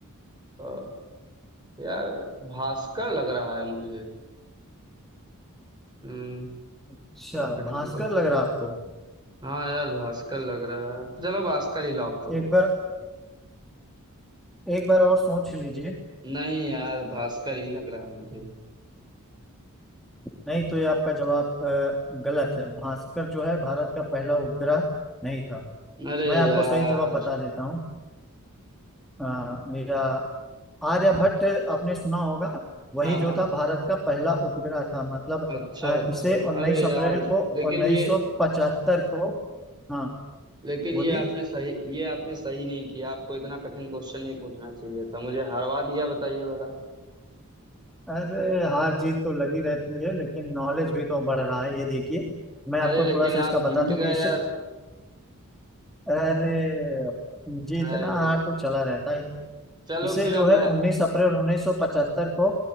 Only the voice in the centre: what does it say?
अच्छा
भास्कर
लग रहा है आपको
एक बार एक बार और सोच लीजिए
नहीं तो ये आपका जवाब अ, गलत है भास्कर जो है भारत का पहला उपग्रह नहीं था
मैं आपको
सही जवाब बता देता हूँ अ, या आर्यभट्ट आपने सुना होगा वही
जो
था भारत का पहला उपग्रह था मतलब
अ,
इसे 19
अप्रैल
को
1975
को हाँ
बोलिए
अरे हार जीत तो लगी रहती है लेकिन नॉलेज भी तो बढ़ रहा है ये देखिए मैं आपको
थोड़ा सा इसका
बता दूं
कि इसे
अरे जीतना
हाथ तो चला रहता है
इसे
जो है
19 अप्रैल 1975 को